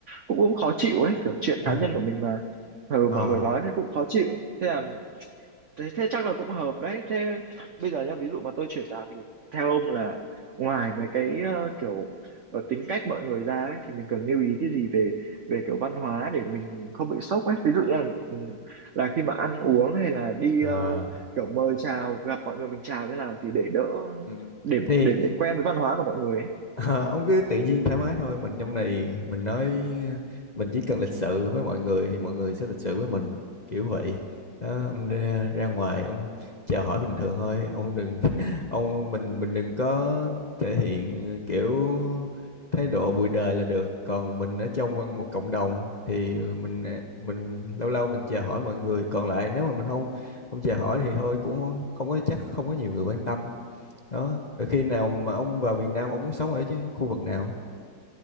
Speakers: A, on the right; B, on the left.
A: cũng cũng khó chịu ấy kiểu chuyện
B: <laughs>
A: cá
B: ờ
A: nhân của mình mà ừ,
B: ờ
A: mọi người nói thế cũng khó chịu thế là thế, thế chắc là cũng hợp đấy thế bây giờ nhá ví dụ mà tôi chuyển vào thì theo ông là ngoài mấy cái ờ, kiểu ờ, tính cách mọi người ra ấy, thì mình cần lưu ý cái gì về về kiểu văn hóa để mình không bị sốc ấy ví dụ như là ừ, là khi mà ăn uống hay là đi
B: ờ.
A: ờ, kiểu mời chào gặp mọi người mình chào như nào thì để đỡ
B: Ừ.
A: để
B: thì
A: để để quen với văn hóa của mọi người ấy
B: Ờ, ông cứ tự nhiên thoải mái thôi mình trong này mình nói mình chỉ cần lịch sự với mọi người thì mọi người sẽ lịch sự với mình kiểu vậy đó, ông ra, ra ngoài ông chào hỏi bình thường thôi ông đừng <laughs> ông mình mình đừng có thể hiện kiểu thái độ bụi đời là được còn mình ở trong văn- một cộng đồng thì mình à, mình lâu lâu mình chào hỏi mọi người còn lại nếu mà mình không không chào hỏi thì thôi cũng không có chắc không có nhiều người quan tâm đó rồi khi nào mà ông vào Việt Nam ông muốn sống ở chứ khu vực nào